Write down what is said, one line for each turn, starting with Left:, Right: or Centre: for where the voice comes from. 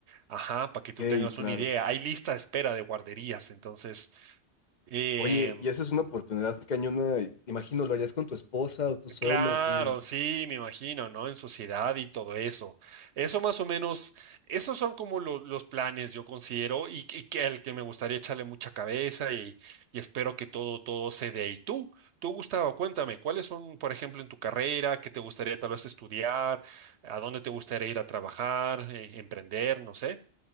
Right: ajá, para que tú
Left: ok,
Right: tengas
Left: claro.
Right: una idea, hay lista de espera de guarderías, entonces... em,
Left: Oye, y esa es una oportunidad cañona. Imagino, ¿lo harías con tu esposa o tú solo?
Right: Claro,
Left: como
Right: sí, me imagino, ¿no? En sociedad y todo eso. Eso más o menos, esos son como lo- los planes, yo considero, y, y que al que me gustaría echarle mucha cabeza y, y espero que todo, todo se dé. Y tú, tú, Gustavo, cuéntame, ¿cuáles son, por ejemplo, en tu carrera, qué te gustaría tal vez estudiar, a dónde te gustaría ir a trabajar, eh, emprender, no sé?